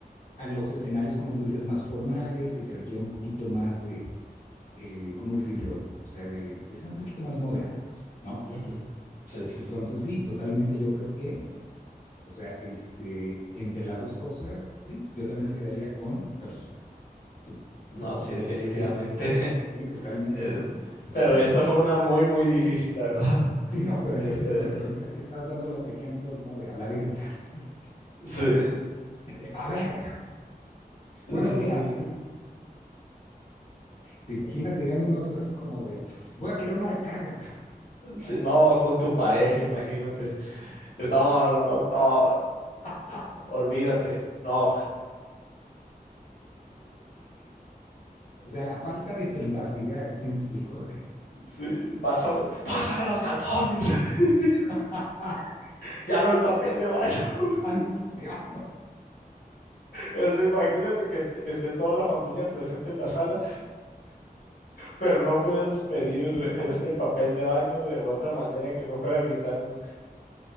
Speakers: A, on the left; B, on the left.
A: a los escenarios, como tú dices, más formales, que se requiere un poquito más de, eh, ¿cómo decirlo? O sea, de, de, ser un poquito más moderados, ¿no?
B: Ujú, Sí, sí,
A: Entonces,
B: sí.
A: sí, totalmente yo creo que, o sea, este, entre las dos cosas, sí, yo también me quedaría con estar susurrando. Uh
B: No,
A: -huh.
B: sí, definitivamente.
A: Sí,
B: <laughs>
A: sí, totalmente,
B: eh,
A: ¿no? <laughs>
B: pero
A: ¿Cómo,
B: esta
A: cómo?
B: fue una muy, muy difícil, la verdad.
A: Sí, no, pero es
B: Este,
A: que te prometo ahorita que estás dando los ejemplos, ¿no? De hablar gritando. <laughs>
B: sí,
A: De, a ver,
B: sí,
A: buenos
B: sí,
A: días.
B: sí.
A: ¿Te imaginas llegando a un Oxxo así como de, voy a querer una recarga?
B: Sí, no, con tu pareja, imagínate. No, no, no, no,
A: <laughs>
B: olvídate. No,
A: O sea, la falta de privacidad, ¿sí me explico?
B: sí, pásame, pásame los calzones. <laughs>
A: <laughs>
B: Ya no hay papel de baño. <laughs>
A: Santo Dios.
B: O sea, imagínate que esté toda la familia presente en la sala, pero no puedes pedir
A: <laughs>
B: este el papel de baño de otra manera que no fuera gritando.